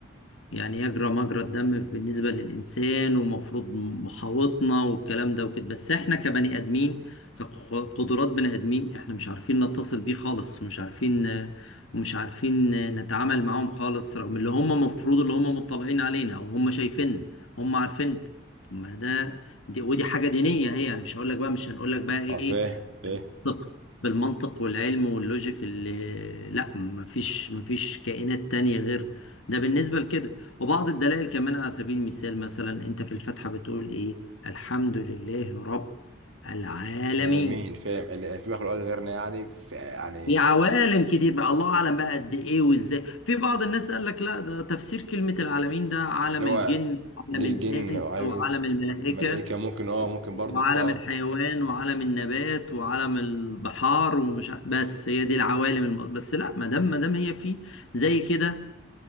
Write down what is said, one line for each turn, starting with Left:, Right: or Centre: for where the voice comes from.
Left: يعني يجرى مجرى الدم بالنسبة للإنسان ومفروض محاوطنا والكلام ده وكده بس إحنا كبني آدمين كقدرات بني آدمين إحنا مش عارفين نتصل بيه خالص ومش عارفين ومش عارفين نتعامل معاهم خالص رغم اللي هم مفروض اللي هم مطلعين علينا أو هم شايفيننا هم عارفين طب ما ده دي ودي حاجة دينية هي يعني مش هقول لك بقى مش هنقول لك بقى إيه
Right: اه فاهم فاهم
Left: بالمنطق بالمنطق والعلم واللوجيك اللي لا مفيش مفيش كائنات تانية غير ده بالنسبة لكده وبعض الدلائل كمان على سبيل المثال مثلا انت في الفاتحة بتقول ايه الحمد لله رب العالمين
Right: ده مين فاهم اللي في مخلوقات غيرنا يعني في يعني
Left: في عوالم كتير بقى الله اعلم بقى قد ايه وازاي في بعض الناس قال لك لا ده تفسير كلمة العالمين ده عالم
Right: اللي هو
Left: الجن وعالم
Right: ج-
Left: الانس
Right: جن وعالم
Left: وعالم
Right: انس
Left: الملائكة
Right: ملائكه ممكن اه ممكن
Left: وعالم
Right: برضك اه
Left: الحيوان وعالم النبات وعالم البحار ومش ع- بس هي دي العوالم الم... بس لا ما دام ما دام هي في زي كده